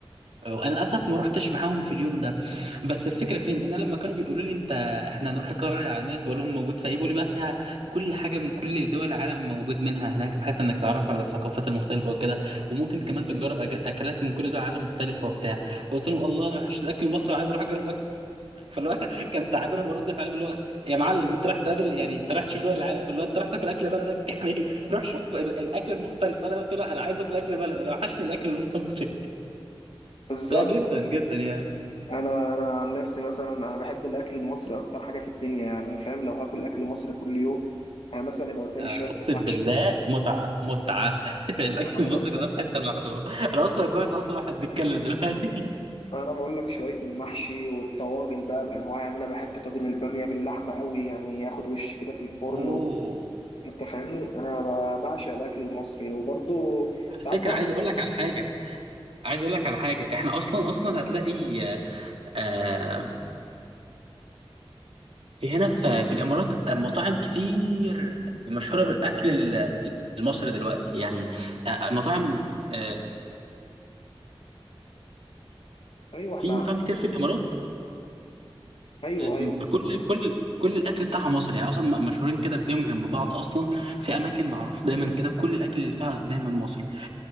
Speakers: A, on the right; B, on the left.
A: وانا للاسف ما رحتش معاهم في اليوم ده بس الفكره فين ان انا لما كانوا بيقولوا لي انت احنا هنروح القريه العالميه فاقول لهم موجود فيها ايه بيقولوا لي بقى فيها كل حاجه من كل دول العالم موجود منها هناك بحيث انك تعرف على الثقافات المختلفه وكده وممكن كمان تجرب أك- اكلات من كل دول العالم مختلفه وبتاع فقلت لهم الله انا وحش الاكل المصري عايز اروح اجرب فاللي هو <laughs> كان تعابيرهم ورد فعلهم اللي هو يا معلم انت رايح تقابل يعني انت رايح تشوف دول العالم فاللي هو انت رايح تاكل اكل بلدك <laughs> يعني روح شوف ال- الاكل المختلف انا قلت له انا عايز اكل اكل بلدي انا وحشني الاكل المصري
B: بالظبط
A: <laughs> لا جدا جدا يعني
B: انا انا عن نفسي مثلا انا بحب الاكل المصري اكتر حاجه في الدنيا يعني فاهم لو هاكل اكل مصري كل يوم يعني مثلا يبقى قدامي
A: آه،
B: شويه
A: اقسم
B: محشي
A: بالله
B: كده
A: متعه متعه <laughs> الاكل
B: ما انا
A: المصري
B: بقول لك
A: ده في حته لوحده انا اصلا جوعت اصلا واحنا بنتكلم دلوقتي <laughs>
B: انا بقول لك شويه المحشي والطواجن بقى بانواع يعني انا بحب طاجن الباميه باللحمه قوي يعني ياخد وش كده في الفرن
A: اوه
B: و... انت فاهمني انا ب- بعشق الاكل المصري وبرضه
A: على
B: ساعات
A: فكرة
B: بره
A: عايز اقول لك على حاجة عايز اقول لك على حاجة احنا اصلا اصلا هتلاقي آه في هنا في في الامارات مطاعم كتير مشهوره بالاكل ال- المصري دلوقتي يعني آه، آه، مطاعم آه،
B: ايوه
A: في
B: احنا
A: مطاعم كتير في الامارات
B: ايوه
A: آه،
B: ايوه
A: كل كل كل الاكل بتاعها مصري يعني اصلا م- مشهورين كده بتلاقيهم جنب بعض اصلا في اماكن معروف دايما كده كل الاكل اللي فيها دايما مصري